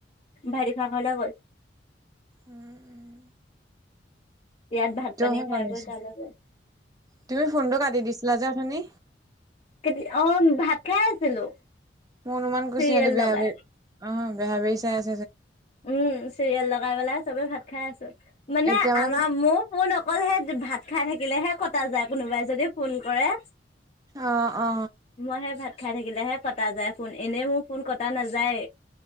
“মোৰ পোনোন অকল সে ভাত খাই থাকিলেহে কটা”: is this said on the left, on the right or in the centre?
Left